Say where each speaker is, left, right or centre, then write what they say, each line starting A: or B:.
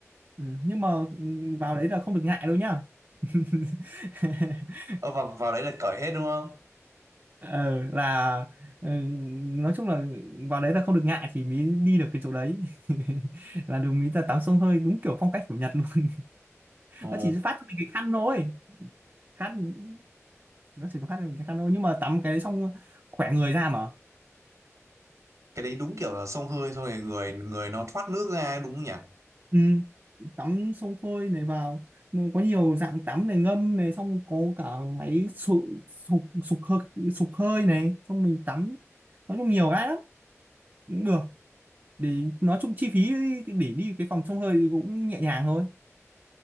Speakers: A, on the right; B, on the right.
A: ừ, nhưng mà ừm, vào đấy là không được ngại đâu nhá <laughs>
B: ờ vào vào đấy là cởi hết đúng không
A: ờ, là ừ, nói chung là vào đấy là không được ngại thì mới đi được cái chỗ đấy <laughs> là đúng mới là tắm sông hơi đúng kiểu phong cách của Nhật luôn <laughs>
B: Ồ
A: nó chỉ phát cho mình cái khăn thôi khăn nó chỉ có phát cho mình cái khăn thôi nhưng mà tắm cái đấy xong khỏe người ra mà
B: cái đấy đúng kiểu là xông hơi xong rồi người người nó thoát nước ra ấy, đúng không nhỉ
A: ừ, tắm sông hơi này vào nó có nhiều dạng tắm này ngâm này xong có cả máy sục sục sục hơi sục hơi này xong mình tắm nói chung nhiều cái lắm cũng được để nói chung chi phí để đi cái phòng sông hơi thì cũng nhẹ nhàng thôi